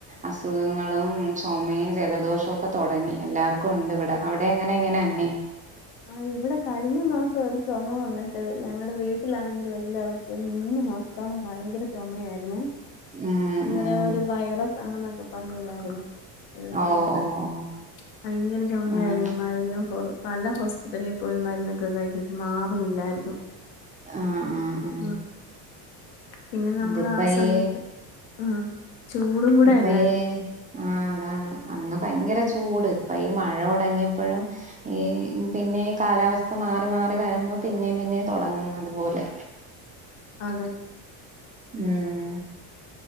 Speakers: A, on the right; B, on the left.
A: അസുഖങ്ങളും ചൊമയും ജലദോഷോക്കെ തൊടങ്ങി എല്ലാർക്കും ണ്ട് വടെ അവടെ എങ്ങനെ <unintelligible>
B: ആ ഇവിട് ടെ കഴിഞ്ഞ മാസം ഒരു ചൊമ വന്ന്ട്ട് ഞങ്ങടെ വീട്ടിലാണെങ്കിലും എല്ലാവർക്കും ഒരു മൂന്ന് മാസ ത്തോളം ഭയങ്കര ചൊമയായിരുന്നേ
A: ഉം
B: അന്നേരം
A: ഉം
B: ഒരു വൈറസ് ആണെന്നൊക്കെ പറഞ്ഞില്ലായിരുന്നോ ഒരു
A: ഓ
B: <unintelligible>
A: ഓ ഓ
B: ഭയങ്കര ചൊമയായിരുന്നു
A: ഉം
B: മരുന്നു പോ പല ഹോസ് പിറ്റലി പോയി മരുന്നൊക്കെ കഴിച്ചിട്ട് മാറുന്നില്ലാരുന്നു
A: ആ ആ ആ
B: ആ പിന്നെ നമ്മളാസമയത്ത്
A: അതിപ്പ ഈ
B: ആ ചൂടും കൂടെ
A: ഇപ്പഴേ
B: അല്ലായിരുന്നു
A: ആ അതാണ് അന്ന് ഭയങ്കര ചൂട് ഇപ്പ ഈ മഴ തൊടങ്ങിയപ്പഴും ഈ പിന്നെ കാലാവസ്ഥ മാറി മാറി വരുമ്പോ പിന്നേം പിന്നേം തൊടങ്ങും അതുപോലെ
B: അതെ
A: ഉം